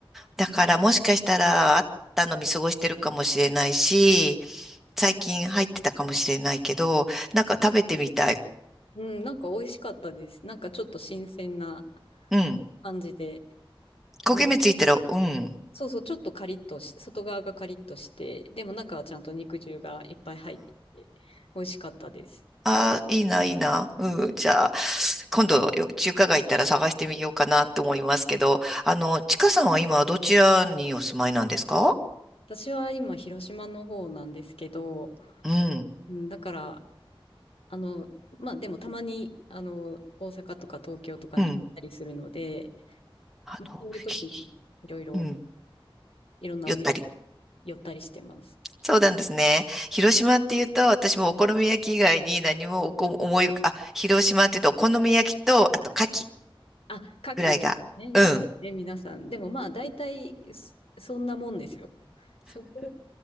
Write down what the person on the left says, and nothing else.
うん、なんか美味しかったです。なんかちょっと新鮮な
感じで、
む
そうそう、ちょっとカリッとし、外側がカリッとして、でも中はちゃんと肉汁がいっぱい入ってて、美味しかったです。
私は今、広島の方なんですけど、
うん、だから、あの、まあでもたまに、あの、大阪とか東京とかに行ったりするので、
まあ、そういう時にいろいろ、
いろんなお店
寄ったりしてます。
あ、牡蠣ね、
やっぱりね、皆さん。でもまあ、大体そ、そんなもんですよ。そこ